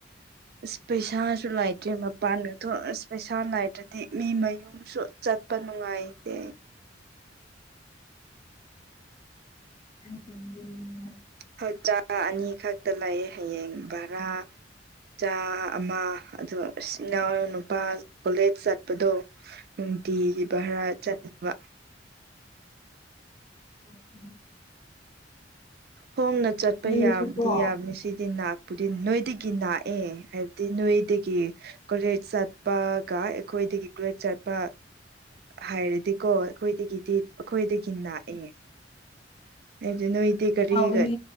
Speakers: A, on the right; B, on the left.
A: ꯏꯁ ꯄꯩꯁꯥꯁꯨ ꯂꯩꯥꯏꯇ꯭ꯔꯦ ꯃꯄꯥꯟꯒ ꯑ ꯄꯩꯁꯥ ꯂꯥꯏꯔ꯭ꯔꯗꯤ ꯃꯤ ꯃꯌꯨꯝ ꯁꯨ ꯆꯠꯄ ꯅꯨꯡꯉꯥꯏꯇꯦ
B: ꯍꯥꯏ
A: ꯍꯆꯥ ꯑꯅꯤ ꯈꯛꯇ ꯂꯩ ꯍꯌꯦꯡ ꯚꯔꯥ ꯆꯥ ꯑꯃ ꯑ ꯏ ꯏꯅꯥꯎ ꯅꯨꯄꯥ ꯀꯣꯂꯦꯖ ꯆꯠꯄꯗꯣ ꯅꯨꯡꯇꯤꯒꯤ ꯚꯔꯥ ꯆꯠꯂꯕ
B: <inaudible>
A: ꯍꯣꯝꯅ ꯆꯠꯄ
B: ꯑꯩꯁꯨꯀꯣ
A: ꯌꯥꯗꯤ ꯌꯥꯕꯅꯤ ꯁꯤꯗꯤ ꯅꯥꯛ ꯗꯤ ꯅꯣꯏꯗꯒꯤ ꯥꯛꯑꯦ ꯍꯥꯏꯕꯗꯤ ꯅꯣꯏꯗꯒꯤ ꯀꯣꯂꯦꯖ ꯆꯠꯄꯒ ꯑꯩꯈꯣꯏꯗꯒꯤ ꯀꯣꯂꯦꯖ ꯆꯠꯄ ꯍꯥꯏꯔꯗꯤꯀꯣ ꯑꯩꯈꯣꯏꯗꯒꯤꯗꯤ ꯑꯩꯈꯣꯏꯗꯒꯤ ꯥꯛꯑꯦ ꯑꯩꯗꯤ ꯅꯣꯏꯗꯤ ꯀꯔꯤꯒ
B: ꯇꯧꯕꯅꯦ